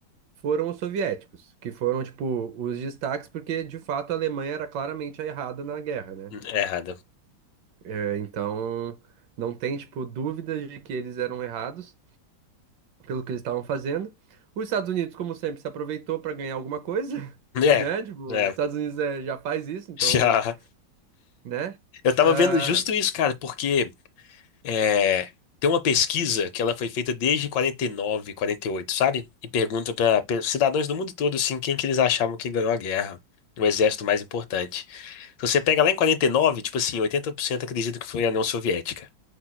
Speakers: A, on the right; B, on the left.
A: foram os soviéticos, que foram, tipo, os destaques, porque de fato a Alemanha era claramente a errada na guerra, né?
B: É errada. <laughs>
A: É, então, não tem, tipo, dúvidas de que eles eram errados pelo que eles estavam fazendo. Os Estados Unidos, como sempre, se aproveitou para ganhar alguma coisa, <laughs> né?
B: É,
A: Tipo,
B: é.
A: os Estados Unidos é, já faz isso, então,
B: Já.
A: né?
B: Eu tava
A: Ah,
B: vendo justo isso, cara, porque é, tem uma pesquisa que ela foi feita desde 49, 48, sabe? E pergunta para cidadãos do mundo todo, assim, quem que eles achavam que ganhou a guerra, o exército mais importante. Se você pega lá em 49, tipo assim, 80% acredita que foi a União Soviética.